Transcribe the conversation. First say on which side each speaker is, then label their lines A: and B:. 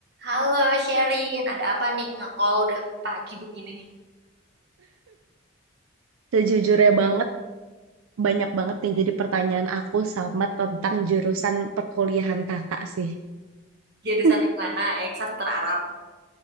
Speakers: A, on the right; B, on the right.
A: Halo Sherin, ada apa nih nge-call udah pagi begini?
B: Sejujurnya banget, banyak banget nih jadi pertanyaan aku sama tentang jurusan perkuliahan kakak sih.
A: Jurusan
B: <laughs>
A: yang mana? Yang sastra Arab.